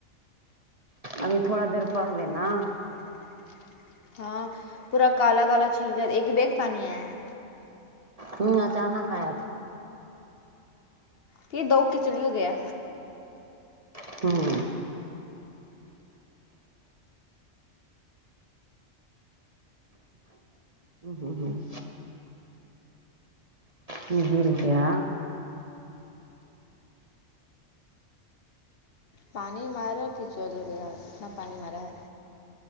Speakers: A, on the right; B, on the left.
A: ابھی تھوڑا دیر پہلے
B: ابھی تھوڑا
A: نا
B: دیر ب ہاں پورا کالا کالا چلا ایک بیگ پانی آیا ہے
A: <unintelligible> جانا ہے
B: کہ دو کچلی ہو گیا
A: ہوں ہوں ہوں ہوں ہوں یہ گر گیا
B: پانی مارا پھسل گیا اتنا پانی مارا ہے